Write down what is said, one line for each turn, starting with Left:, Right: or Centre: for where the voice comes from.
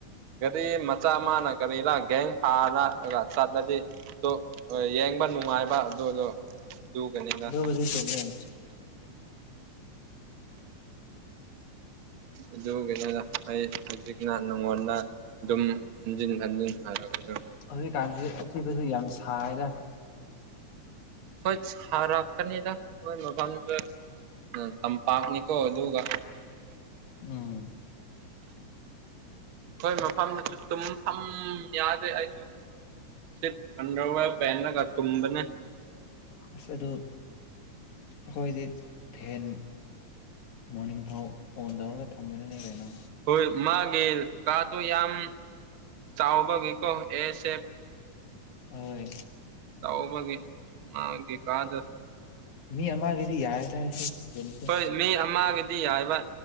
Right: ꯒꯥꯔꯤ ꯃꯆꯥ ꯃꯥꯅ ꯀꯔꯤꯔ ꯒꯦꯡ ꯁꯥꯔꯒ ꯆꯠꯂꯗꯤ ꯑꯗꯨ ꯍꯣꯏ ꯌꯦꯡꯕ ꯅꯨꯡꯉꯥꯏꯕ ꯑꯗꯨꯗꯣ ꯑꯗꯨꯒꯅꯤꯅ
Left: ꯑꯗꯨ ꯆꯨꯝꯃꯦ
Right: ꯑꯗꯨꯒꯤꯅꯦꯗ ꯑꯩ ꯍꯧꯖꯤꯛꯅ ꯅꯉꯣꯟꯗ ꯑꯗꯨꯝ ꯍꯟꯖꯤꯟ ꯍꯟꯖꯤꯟ ꯍꯥꯏꯔꯛ ꯑꯒꯥ
Left: ꯍꯧꯖꯤꯛꯀꯥꯟꯖꯤ ꯑꯆꯤꯛꯄꯖꯨ ꯌꯥꯝ ꯁꯥꯏꯗ
Right: ꯍꯣꯏ ꯁꯥꯔꯛꯀꯅꯤꯗ ꯅꯣꯏ ꯃꯐꯝꯗꯨ ꯇꯝꯄꯥꯛꯅꯤꯀꯣ ꯑꯗꯨꯒ
Left: ꯎꯝ꯫
Right: ꯑꯩꯈꯣꯏ ꯃꯐꯝꯗꯨꯖꯨ ꯇꯨꯝ ꯐꯝ ꯌꯥꯗꯦ ꯑꯩꯁꯨ ꯁꯤꯠ ꯐꯪꯈ꯭ꯔꯥꯕ ꯄꯦꯟꯅꯒ ꯇꯨꯝꯕꯅꯦ
Left: ꯑꯁ ꯑꯗꯨ ꯑꯩꯈꯣꯏꯗꯤ ꯐꯦꯟ ꯃꯣꯔꯅꯤꯡ ꯐꯥꯎ ꯑꯣꯟ ꯇꯧꯔꯒ ꯊꯝꯕꯅꯤꯅꯦ ꯀꯩꯅꯣ
Right: ꯍꯣꯏ ꯃꯥꯒꯤ ꯀꯥꯗꯨ ꯌꯥꯝ ꯆꯥꯎꯕꯒꯤꯀꯣ ꯑꯦꯁ ꯁꯦꯞ
Left: ꯍꯣꯏ
Right: ꯇꯧꯕꯒꯤ ꯃꯥꯒꯤ ꯀꯥꯗꯨ
Left: ꯃꯤ ꯑꯃꯒꯤꯗꯤ ꯌꯥꯏꯗ ꯁꯤ ꯔꯦꯟ ꯁꯦ
Right: ꯍꯣꯏ ꯃꯤ ꯑꯃꯒꯤꯗꯤ ꯌꯥꯏꯕ